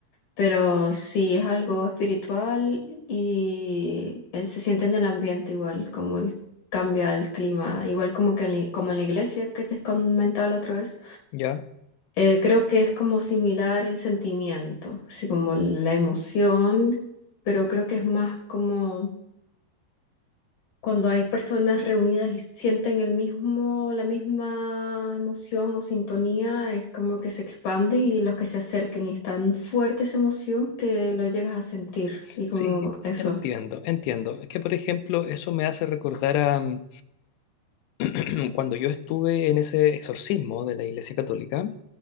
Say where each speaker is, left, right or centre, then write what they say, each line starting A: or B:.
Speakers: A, on the left (about 55°); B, on the left (about 85°).
A: pero sí es algo espiritual y él se siente en el ambiente igual, como él cambia el clima, igual como que en la- como en la iglesia que te comentaba la otra vez.
B: ya.
A: Eh, creo que es como similar el sentimiento, así como la emoción, pero creo que es más como cuando hay personas reunidas y sienten el mismo, la misma emoción o sintonía, es como que se expande y los que se acerquen y es tan fuerte esa emoción que lo llegas a sentir y
B: Sí,
A: como eso.
B: entiendo, entiendo. Es que, por ejemplo, eso me hace recordar a mm, <clears throat> cuando yo estuve en ese exorcismo de la Iglesia Católica.